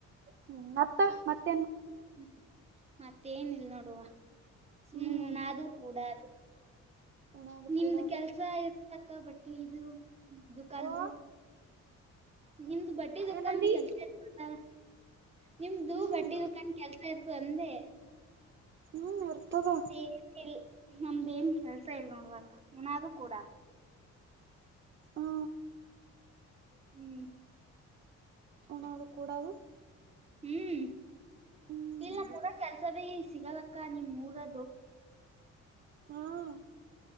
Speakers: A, on the right; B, on the right.
A: ಹ್ಮ್ ಮತ್ತ ಮತ್ತ
B: ಹ್ಮ್ ಮತ್ತೇನ ಇಲ್ ನೋಡುವ ಸುುಣದು
A: ಹ್ಮ್
B: ಕೂಡದು
A: ಉಣದು
B: ನಿಮ್ದ
A: ಕೂಡದು
B: ಕೆಲ್ಸ ಇತಕ್ಕ ಬಟ್ಟಿ ಇದು ದುಕಾನ್್ದ
A: ಓ
B: ನಿಮ್ದು ಬಟ್ಟೆ ದದುಕಾನ್
A: ಏನಂದಿ
B: ಕೆಲ್ಸ ಆತದಾ ನಿಮ್ದು
A: ಹ್ಮ್
B: ಬಟ್ಟಿ ದುಖಾನ್ ಕೆಲ್ಸ ಇತ್ತು ಅಂದೆ
A: ಹ್ಮ್ ಇರ್ತದ
B: ನಮ್ದನ್ ನಮ್ದೇಏನ್ ಕೆಲ್ಸ ಇಲ್ ನೋಡ್ಬ ಹುನಾದೂ ಕೂಡ
A: ಹಾ
B: ಹ್ಮ್
A: ಊನಾದು ಕೂಡದು
B: ಹ್ಮ್
A: ಹ್ಮ್
B: ಇಲ್ಲ ನಮ್ಮ ರ ಕೆಲ್ಸ ಭೀ ಸಿಗಲಕ್ಕ ನಿಮ್ ಮೂರದ
A: ಹ್ಮ್